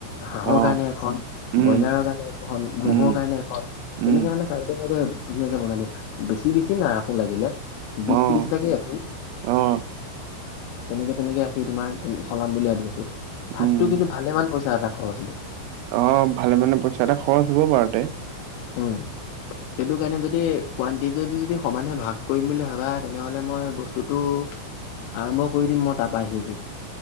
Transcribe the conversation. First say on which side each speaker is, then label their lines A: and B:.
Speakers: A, on the left; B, on the right.
A: হাঁহৰ
B: অ
A: কাৰণে এখন
B: উম
A: ব্ৰইলাৰৰ কাৰণে এখন
B: উম,
A: মহ'ৰ কাৰণে এখন,
B: উম,
A: তেনেকে মানে চাইডে চাইডে ধুনীয়াকে বনাই দিম, বেছি বেছি নাৰাখো লাগিলে। বিছ
B: অ',
A: ত্ৰিছ তাকে ৰাখিম।
B: অ',
A: তেনেকে তেনেকে ৰাখি তোমাৰ চলাম বুলি ভাবি আছোঁ। ভাতটো
B: উম।
A: কিন্তু ভালেমান পইচা এটা খৰচ হ'ব।
B: অ', ভালে মানে পইচা এটা খৰচ হ'ব পাৰে দে।
A: উম, সেইটো কাৰণে যদি কোৱানটিটি যদি যদি সমানে ভাগ কৰিম বুলি ভাবা তেনেহ'লে মই বস্তুটো আৰম্ভ কৰি দিম মই তাৰ বাহিৰেদি।